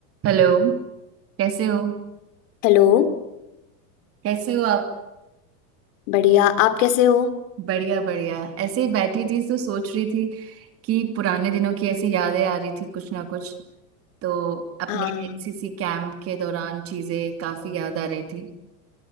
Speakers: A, on the right (about 30°); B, on the left (about 50°).
A: Hello कैसे हो
B: हेलो
A: कैसे हो आप
B: बढ़िया आप कैसे हो
A: बढ़िया बढ़िया ऐसे ही बैठी थी तो सोच रही थी कि पुराने दिनों की ऐसी यादें आ रही थी कुछ ना कुछ तो अपने
B: हाँ
A: एनसीसी कैंप के दौरान चीजें काफी याद आ रही थी